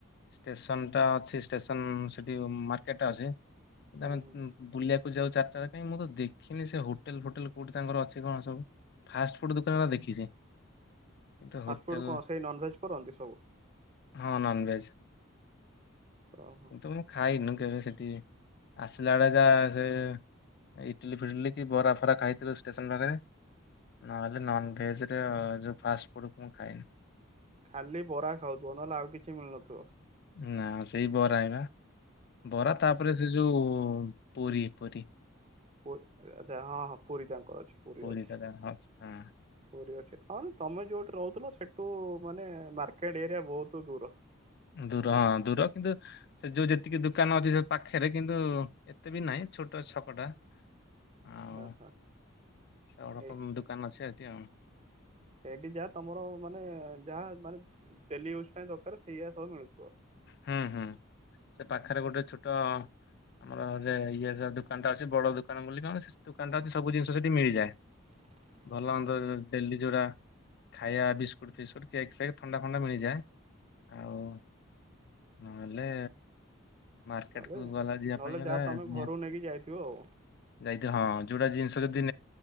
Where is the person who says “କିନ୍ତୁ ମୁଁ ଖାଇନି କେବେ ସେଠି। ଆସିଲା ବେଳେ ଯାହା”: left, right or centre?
Left